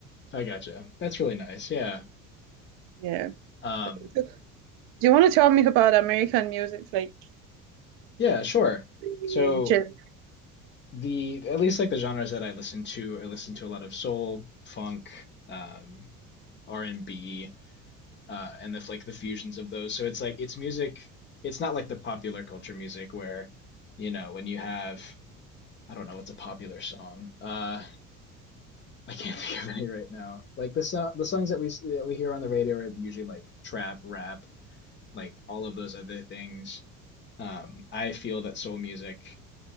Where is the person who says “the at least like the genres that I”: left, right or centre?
Left